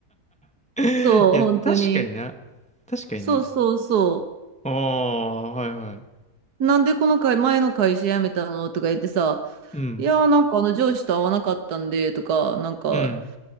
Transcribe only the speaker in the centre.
<laughs> いや、
確かにな。確かにな。
ああ、はいはい。
うん。
うん。